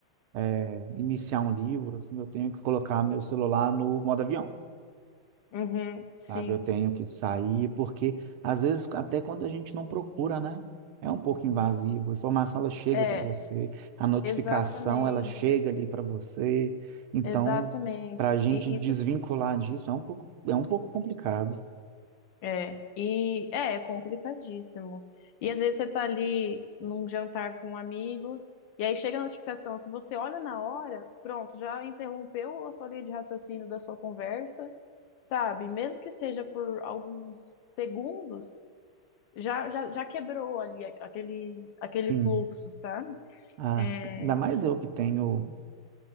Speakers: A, on the right (about 85°); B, on the left (about 70°).
A: eh, iniciar um livro, assim, eu tenho que colocar meu celular no modo avião.
B: Uhum, sim.
A: sabe? Eu tenho que sair, porque às vezes, até quando a gente não procura, né? É um pouco invasivo. A informação ela chega
B: É,
A: para você, a notificação
B: exatamente,
A: ela chega ali para você. Então,
B: exatamente.
A: para a gente
B: E
A: desvincular
B: isso
A: disso é um pouco, é um pouco complicado.
B: é, e é, é complicadíssimo. E às vezes você tá ali num jantar com um amigo, e aí chega a notificação. Se você olha na hora, pronto, já interrompeu a sua linha de raciocínio da sua conversa, sabe? Mesmo que seja por alguns segundos, já, já, já quebrou ali aquele, aquele
A: Sim.
B: fluxo, sabe?
A: Ah,
B: É,
A: ainda mais eu que tenho,